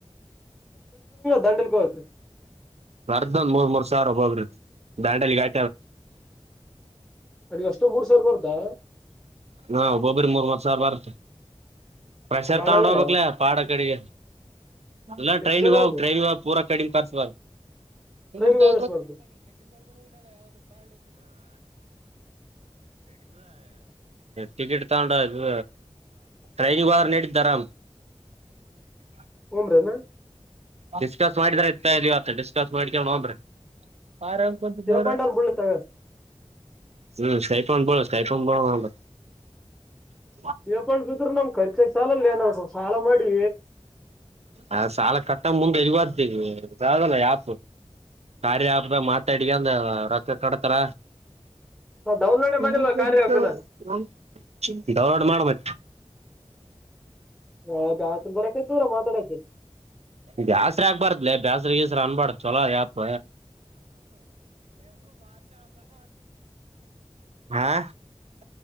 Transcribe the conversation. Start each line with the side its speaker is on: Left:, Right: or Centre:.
Centre: ದಂಡಲ್ಕೋಕ್
Right: ಅರ್ದೊಂದ್ ಮೂರ್ ಮೂರ್ ಸಾವಿರ ಒಬ್ಬಬ್ರ ದಾಂಡಲಿಗೆ <unintelligible>
Centre: ಅಲ್ಲಿಗ್ ಅಷ್ಟೇ ಮೂರ್ ಸಾವಿರ ಬರುತ್ತಾ
Right: ಹಾ ಒಬ್ಬೊಬ್ರಿಗ್ ಮೂರು ಮೂರ್ ಸಾವ್ರ ಬರುತ. ಪ್ರೆಷರ್
Centre: ಬಾಳ
Right: ತಗೊಂಡ
Centre: ಆಗಲ್ಲ.
Right: ಹೋಗಬೇಕ್ಲೆ ಪಾಡ ಅಕಡಿಗೆ ಇಲ್ಲ
Centre: ಎಷ್ಟ್
Right: ಟ್ರೈನಿಗೋಗ್ಬೇಕು
Centre: ಜನ ಹೋಗ್ರಿ
Right: ಟ್ರೈನ್ ಪೂರ <unintelligible> <unintelligible>
Centre: ಟ್ರೈನ್ಗೆ
Right: ನಡತದ
Centre: ಹೋದ್ರೆ ಎಷ್ಟ್ ಬರುತ್ತೆ
Right: ಟಿಕೆಟ್ ತಗೊಂಡದು ಟ್ರೈನಿಗೆ ಹೋದ್ರ ನಡಿದ್ದಾರಾಮ್. <unintelligible>
Centre: ಹೋಗ್ಮ್ರೇನ
Right: ಡಿಸ್ಕಸ್ ಮಾಡಿದ್ರ ಇತ ಇದ ಡಿಸ್ಕಸ್ ಮಾಡಿಕ ನೋಂದ್ರಿ. <unintelligible>
Centre: ಸ್ಟೇಪ್
Right: ನೋಡ
Centre: ಹಣ್ಣ್ ಅನ್ ಬೀಳ್ಲಿ ತಗ.
Right: ಹ್ಮ ಸರಿ <unintelligible>
Centre: <unintelligible> ನಮ್ ಖರ್ಚ ಸಾಲಲೆನದು ಸಾಲ ಮಾಡಿ
Right: ಅ ಸಾಲ ಕಟ್ಟ ಮುಂದೆ <unintelligible> ಯಾಪು ಕಾರ್ಯ ಆ್ಯಪ್ ಮಾತ್ಯಡ್ಕೊಂಡ್ ರೊಕ್ಕ ಕೊಡ್ತರ
Centre: ನಾವ್ ಡೌನ್ಲೋಡೇ
Right: ತಲಿ
Centre: ಮಾಡಿಲ್ಲ
Right: ಕೆಟ್ಟು
Centre: ಕಾರ್ಯ ಅಪ್ಪನ.
Right: ನಮ್ ಚಿಂತಿ ನೋಡ್ ನೊಡ್ತ್ ಮತ್ತೆ.
Centre: ಹದ <unintelligible> ಬರಕತ್ತಿರಾ ಮಾತಾಡಕ್ಕೆ
Right: ಬ್ಯಾಸ್ರ ಹಾಕ್ಬಾರ್ದಲ ಬ್ಯಾಸ್ರ ಗೀಸ್ರ ಅನ್ಬಾರಡ್ದು ಚಲೋ ಯಪ. <unintelligible>